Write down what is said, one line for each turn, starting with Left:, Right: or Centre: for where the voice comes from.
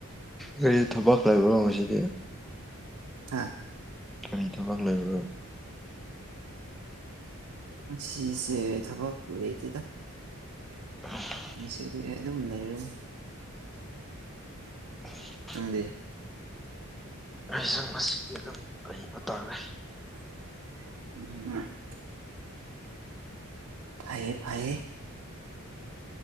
Centre: ꯀꯔꯤ ꯊꯕꯛ ꯂꯩꯥꯕ꯭ꯔꯣꯉꯁꯤꯗꯤ
Right: ꯍꯥ
Centre: ꯀꯔꯤ ꯊꯕꯛ ꯂꯩꯕ꯭ꯔꯣ
Right: ꯉꯁꯤꯁꯦ ꯊꯕꯛ ꯂꯩꯇꯦꯗ
Centre: <unintelligible>
Right: ꯉꯁꯤꯗꯤ ꯑꯩ ꯑꯗꯨꯝ ꯂꯩꯔꯅꯤ
Centre: <inaudible>
Right: ꯅꯪꯗꯤ
Centre: ꯑꯩꯁꯨ ꯉꯁꯤꯗꯤ ꯑꯗꯨꯝ ꯂꯩꯕ ꯇꯥꯔꯦ
Right: <unintelligible> ꯐꯩꯌꯦ ꯐꯩꯌꯦ